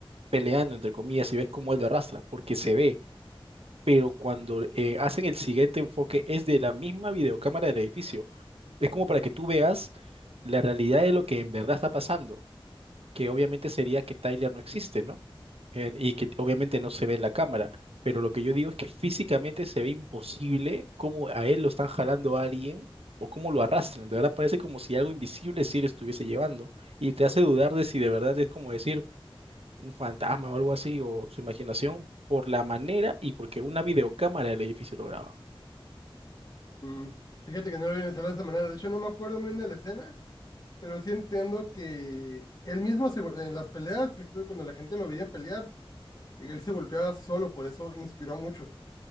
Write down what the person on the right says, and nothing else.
peleando, entre comillas, y ves cómo él lo arrastra, porque se ve. pero cuando eh, hacen el siguiente enfoque es de la misma videocámara del edificio. Es como para que tú veas la realidad de lo que en verdad está pasando, que obviamente sería que Tyler no existe, ¿no? Eh, y que obviamente no se ve en la cámara, pero lo que yo digo es que físicamente se ve imposible cómo a él lo están jalando a alguien o cómo lo arrastran. De verdad parece como si algo invisible sí lo estuviese llevando y te hace dudar de si de verdad es como decir un fantasma o algo así, o su imaginación, por la manera y porque una videocámara del edificio lo graba.